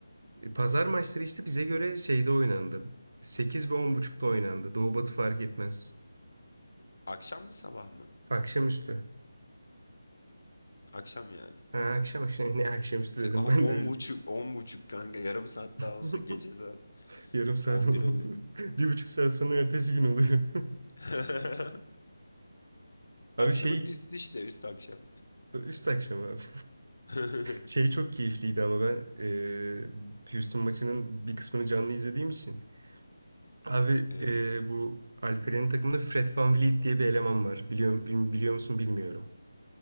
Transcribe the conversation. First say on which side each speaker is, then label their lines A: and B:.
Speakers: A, on the right (about 55°); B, on the left (about 70°).
A: e, pazar maçları işte bize göre şeyde oynandı. sekiz ve on buçukta oynandı. Doğu Batı fark etmez.
B: Akşam mı sabah mı?
A: Akşamüstü.
B: Akşam yani.
A: Ha, akşam akşam ne akşamüstü
B: <laughs>
A: dedim
B: O-
A: ben de
B: On
A: öyle.
B: buçuk, on buçuk kanka. Yarım saat daha olsa
A: <laughs>
B: gece saat
A: Yarım saat
B: 11
A: oldu.
B: oluyor.
A: <laughs> Bir buçuk saat sonra ertesi gün oluyor. <laughs>
B: <laughs>
A: Abi
B: Akşamın
A: şey
B: üstü işte, üst akşam.
A: üst akşam abi. <laughs>
B: <laughs>
A: Şey çok keyifliydi ama ben e, Houston maçının bir kısmını canlı izlediğim için. Abi
B: Evet.
A: e, bu Alperen'in takımında Fred VanVleet diye bir eleman var. Biliyor, bil- biliyor musun bilmiyorum.